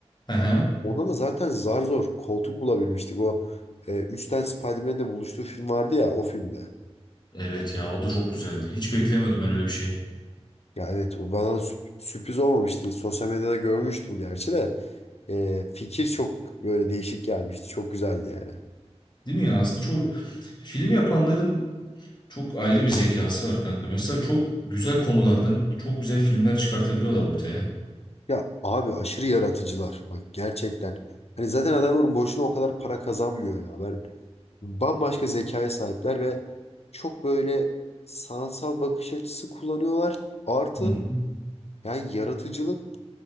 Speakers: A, on the left; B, on the left.
A: Aha.
B: Ona da zaten zar zor koltuk bulabilmiştik. O e, üçten Spider-Man'le buluştuğu film vardı ya o filmde.
A: Evet ya o da çok güzeldi. Hiç beklemiyordum ben öyle bir şey.
B: Ya evet o bana da sü- sürpriz olmamıştı. Sosyal medyada görmüştüm gerçi de. E, fikir çok böyle değişik gelmişti. Çok güzeldi yani.
A: Değil mi ya? Aslında çok film yapanların Çok ayrı bir zekası var kanka. Mesela çok güzel konulardan çok güzel filmler çıkartabiliyorlar ortaya.
B: Ya abi aşırı yaratıcılar bak gerçekten. Hani zaten adamlar boşuna o kadar para kazanmıyor ya. Ben bambaşka zekaya sahipler ve çok böyle sanatsal bakış açısı kullanıyorlar. Artı
A: Hı hı.
B: yani yaratıcılık